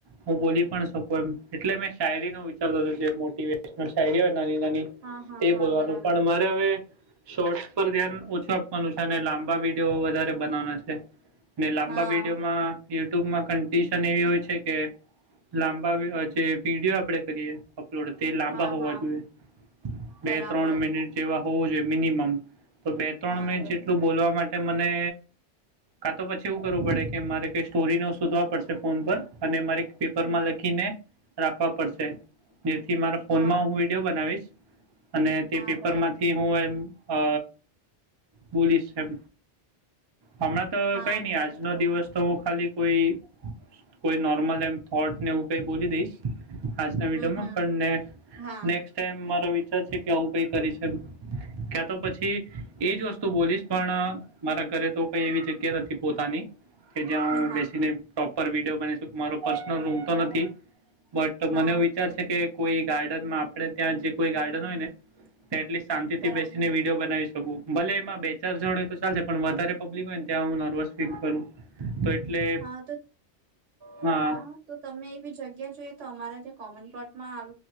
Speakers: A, on the right; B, on the right.
A: હું બોલી પણ શકું એમ એટલે મેં શાયરી નું વિચારતો જે મોટીવેશનલ શાયરી હોય નાની નાની
B: હા હા
A: એ
B: હા
A: બોલવાનું
B: બરાબર
A: પણ મારે હવે શોર્ટસ પર ધ્યાન ઓછું આપ વાનુ છે ને લાંબા વિડીયો વધારે બનાવાના છે ને લાંબા
B: હા
A: વિડીયોમાં યુટ્યુબમાં કં ડિસન એવી હોય છે કે લાંબા જે પીડીઓ આપડે કરીએ લોડ તે લાંબા
B: હા
A: હોવા
B: હા
A: જોઈએ
B: બરાબર
A: બે ત્રણ મિનિટ જેવા હોવું જોઈએ મિનિમમ તો બે ત્રણ
B: હા
A: મિનિટ
B: બ
A: જેટલું બોલવા માટે મને કા તો પછી એવું કરવું પડે કે મારે કઈ સ્ટોરી ન શોધવા પડશે ફોન પર અને મારી પેપરમાં
B: હમ
A: લખીને રાખવા પડશે જેથી મારા ફોનમાં
B: હા
A: હું વિડીયો બનાવીશ અને તે
B: હા
A: પેપરમાંથી
B: હા બરાબર
A: હું એમ અ બોલીશ એમ હમણાં તો
B: હા
A: કઈ ની
B: બરાબર
A: આજનો દિવસ તો ખાલી કોઈ કોઈ નોર્મલ એમ થોટ ને હું કઈ બોલી દઈશ આજના
B: હમ
A: વિડીયોમાં
B: હમ
A: પણ નેક
B: હા
A: નેક્સટ ટાઈમ મારો વી છે કે આવું કઈ પરિસદ ક્યા તો પછી એજ વસ્તુ બોલીશ પણ મારા ઘરે તો કઈ એવી જગ્યા નથી પોતાની કે જ્યાં હું
B: હા
A: બેસીને પ્રોપર વિડીયો બનાવી શકુ મારો પર્સનલ રૂમ તો નથી બટ
B: હા
A: મને એવું વિચારશે કે કોઈ ગાર્ડનમાં આપડે ત્યાં જે કોઈ ગાર્ડન હોય ને તે એટલી શાંતિથી
B: બરાબર
A: બેસીને વિડીયો બનાવી શકું ભલે એમાં બે ચાર જણ તો ચાલશે પણ વધારે પબ્લિક હોય ને ત્યાં હું નર્વસ ફીલ કરું તો એટલે
B: હા તો
A: હા
B: હા તો તમે એ બી જગ્યા જોઈએ તો અમારા તે કોમન પ્લોટમાં આવ